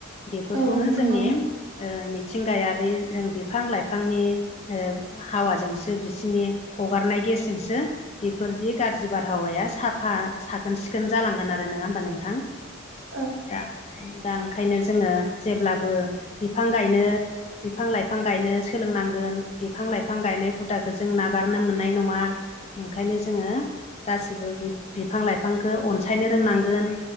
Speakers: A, on the left; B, on the right.
A: बेफोरखौनो
B: औ नंगौ
A: जोंनि ओ मिथिंगायारि जों बिफां लाइफांनि ओ हावाजोंसो बिसिनि हगारनाय गेसजोंसो बेफोरदि गाज्रि बारहावाया साफा साखोन सिखोन जालांगोन आरो नङा होमबा नोंथां
B: <inaudible>
A: दा दा ओंखायनो जोङो जेब्लाबो बिफां गायनो बिफां लाइफां गायनो सोलोंनांगोन बिफां लाइफां गायनाय हुदाखौ जों नागारनो मोननाय नङा ओंखायनो जोङो गासिबो बि बिफां लाइफांखौ अनसायनो रोंनांगोन